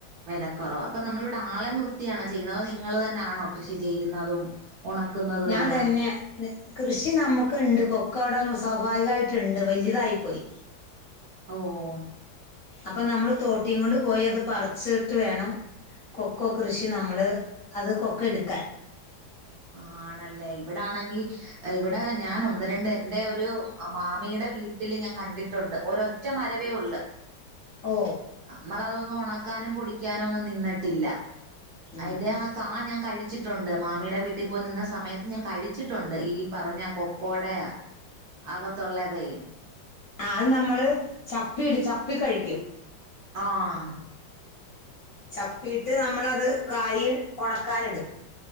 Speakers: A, on the right (about 65°); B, on the left (about 65°).
A: വെലക്കൊറവ അപ്പൊ നമ്മൾ ഇവിടെ ആളെ നിർത്തിയാണോ ചെയ്യുന്നത് അതൊ നിങ്ങള് തന്നെയാണോ കൃഷി ചെയ്യുന്നതും. ഒണക്കുന്നതും
B: ഞാൻ
A: എല്ലാം
B: തന്നെയാ. ന്ന് കൃഷി നമക്ക്ണ്ട് കൊക്കൊ അവ്ടെ സ്വാഭാവികായിട്ടുണ്ട് വലുതായി പോയി.
A: ഓഹ്.
B: അപ്പൊ നമ്മള് തോട്ടിയുംകൊണ്ട് പോയി അത് പറിച്ച്ട്ട് വേണം. കൊക്കോ കൃഷി നമ്മള് അത് കൊക്കൊ എടുക്കാൻ.
A: ആഹ് ആണല്ലേ ഇവിടാണെങ്കി. ഇവിടെ ഞാൻ ഒന്ന് രണ്ട് എന്റെ ഒരു ആ മാമിയുടെ വീട്ടില് ഞാൻ കണ്ടിട്ടുണ്ട് ഒരൊ റ്റ മരവേ ഒള്ള്.
B: ഓ
A: നമ്മളതൊന്നും ഒണക്കാനും പൊടിക്കാനൊന്നും നിന്നട്ടില്ല.
B: ഉം
A: അതിന്റെ ആ കാ ഞാൻ കഴിച്ചിട്ടുണ്ട് മാമിയുടെ വീ ട്ടിപ്പോയ് നിന്ന സമയത്ത് ഞാൻ കഴിച്ചിട്ടുണ്ട് ഈ പറഞ്ഞ കൊക്കോടെയാ അകത്തുള്ളതേ
B: അത് നമ്മള് ചപ്പിട് ചപ്പി കഴിക്കും.
A: ആഹ്.
B: ചപ്പിയിട്ട് നമ്മളത് കായ് ഒണക്കാനിടും.